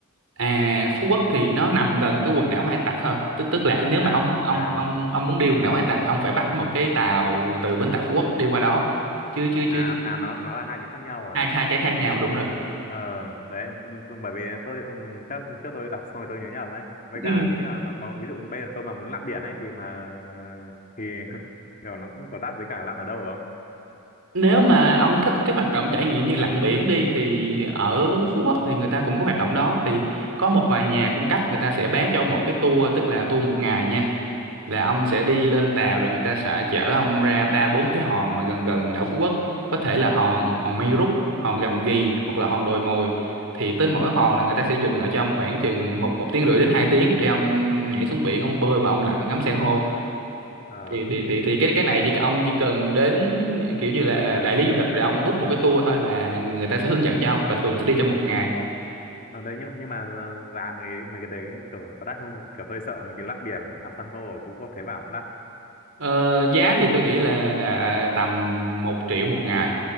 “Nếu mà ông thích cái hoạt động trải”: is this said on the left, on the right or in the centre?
Right